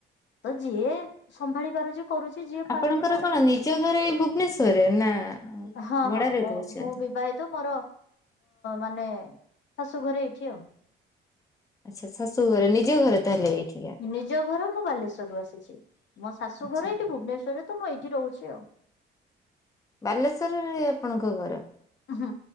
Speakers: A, on the left (about 65°); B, on the left (about 15°).
A: ତ ଯିଏ ସମ୍ଭାଳି ପାରୁଛି କରୁଛି ଯିଏ
B: ଆପଣଙ୍କର
A: ପାରୁନି ପାରୁନି
B: କଣ ନିଜ ଘରେ ଏଇ ଭୁବନେଶ୍ଵରରେ ନା
A: ହଁ
B: ଭଡାରେ
A: ହଁ ମୁଁ
B: ରହୁଛନ୍ତି?
A: ବି ବିବାହିତ ମୋର ମାନେ ଶାଶୁ ଘରେ ଏଇଠି ଆଉ।
B: ଆଚ୍ଛା ଶାଶୁଘରେ ନିଜ ଘରେ ତାହଲେ ଏଇଠି।
A: ନିଜ ଘର ମୁଁ ବାଲେଶ୍ଵର ରୁ ଆସିଛି। ମୋ ଶାଶୁ
B: ଆଚ୍ଛା
A: ଘର ଏଇଠି ଭୁବନେଶ୍ଵରରେ ତ ମୁଁ ଏଇଠି ରହୁଛି ଆଉ।
B: ବାଲେଶ୍ଵରରେ ଆପଣଙ୍କ ଘର।
A: ହଁ।